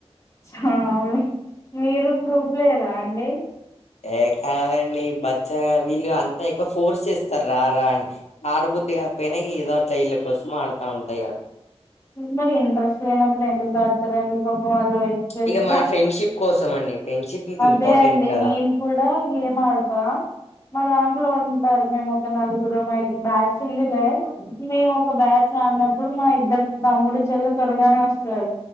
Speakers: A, on the left; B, on the left.
A: హా అవును మీరు ప్రూప్లేయరా అండి.
B: ఏ కాదండి బచ్చగా వీళ్ళు అంతా ఎక్కువ ఫోర్స్ చేస్తారు రారా అని ఆడబుద్ధి కాకపోయినా ఏదో అట్ల వీళ్ళ కోసం ఆడుతా ఉంటా ఇక
A: మరి ఇంట్రెస్ట్ లేనప్పుడు ఎందుకు ఆడుతారండి పాపం వెయిట్ చేస్తున్నా
B: ఇక మన ఫ్రెండ్షిప్ కోసం అండి ఫ్రెండ్షిప్ ఇది
A: అదే
B: ఇంపార్టెంట్
A: అండి
B: కదా
A: నేను కూడా గేమ్ ఆడతా మా దాంట్లో ఉన్ ఉంటారు మేము ఒక నలుగురుమఐదు బ్యాచ్ ఉంది లే మేము ఒక బ్యాచ్ ఆడినప్పుడు మా ఇద్దరు తమ్ముడు చెల్లె త్వరగానే వస్తాడు